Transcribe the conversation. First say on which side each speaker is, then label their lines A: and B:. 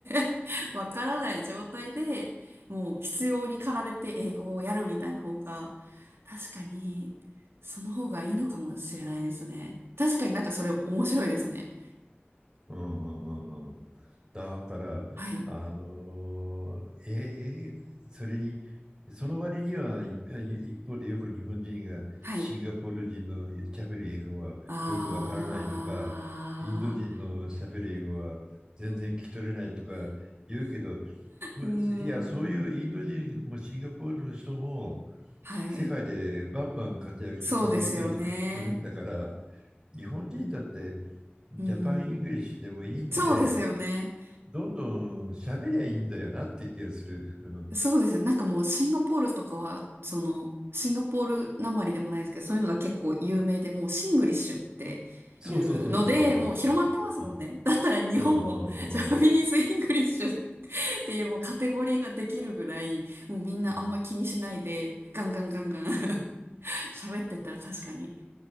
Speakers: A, on the right (about 75°); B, on the right (about 20°).
A: <laughs> わからない状態で、もう必要に駆られて英語をやるみたいな方が、確かに、その方がいいのかもしれないですね。確かになんかそれ面白いですね。
B: うん、うん、うん。うんだから、
A: はい。
B: あのーえ、え、それに、その割には、いい一方でよく日本人がシンガポール人の喋る英語はよくわからないとか、
A: はい。あ
B: インド人の喋る英語は全然聞き取れないとか言うけど、むいや、
A: ー。<laughs> うー
B: そういうインド人もシンガポールの人も
A: ん。はい。
B: 世界でバンバン活躍してコミュニケーションやってるんだから、
A: そうですよね。
B: 日本人だってジャパン・
A: うん。
B: イングリッシュでもいいんで、
A: そうですよね。
B: どんどん喋りゃいいんだよなっていう気がする。うん。
A: そうですよ。なんかもうシンガポールとかは、その、シンガポールなまりでもないですけど、そういうのが結構有名で、もうシングリッシュっていうので、
B: そうそうそうそうそうそうそう。
A: もう広まってますもんね。
B: うん。
A: <laughs> だったら日本もジャパニーズ・
B: うんうんうん
A: イングリッシュっていうもうカテゴリーができるぐらい、もうみんなあんま気にしないで、
B: うん。
A: ガンガンガンガン <laughs> 喋ってったら確かに、